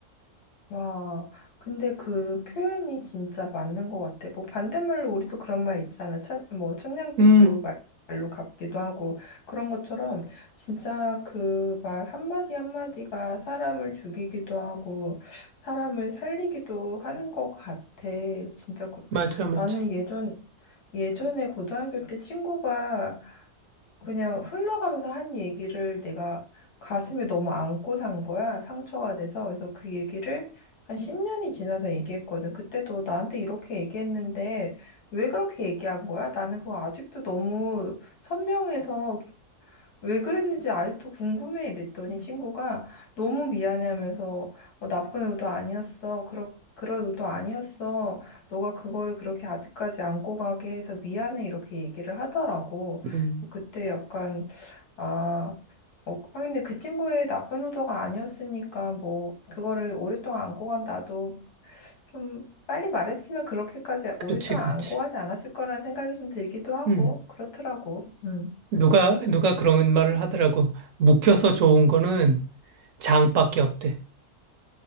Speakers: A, on the left; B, on the right.
A: 와, 근데 그 표현이 진짜 맞는 것 같아. 뭐 반대말로 우리도 그런 말 있잖아. 천, 뭐 천냥빚도
B: 음,
A: 말- 말로 갚기도 하고 그런 것처럼 진짜 그 말 한마디 한마디가 사람을 죽이기도 하고 사람을 살리기도 하는 것 같아. 진짜 그-
B: 맞아, 맞아.
A: 나는 예전 예전에 고등학교 때 친구가 그냥 흘러가면서 한 얘기를 내가 가슴에 너무 안고 산 거야. 상처가 돼서. 그래서 그 얘기를 한 10년이 지나서 얘기했거든. 그때도 나한테 이렇게 얘기했는데 왜 그렇게 얘기한 거야? 나는 그거 아직도 너무 선명해서 왜 그랬는지 아직도 궁금해 이랬더니 친구가 너무 미안해 하면서 어, 나쁜 의도 아니었어. 그러, 그런 의도 아니었어. 너가 그거를 그렇게 아직까지 안고 가게 해서 미안해 이렇게 얘기를 하더라고.
B: 음,
A: 그때 약간 아, 어, 아, 근데 그 친구의 나쁜 의도가 아니었으니까, 뭐, 그거를 오랫동안 안고 간 나도 좀 빨리 말했으면 그렇게까지
B: 그렇지,
A: 오랫동안
B: 그렇지.
A: 안고 가지 않았을 거라는 생각이 좀 들기도 하고,
B: 음.
A: 그렇더라고. 음.
B: 누가, 누가 그런 말을 하더라고. 묵혀서 좋은 거는 장밖에 없대.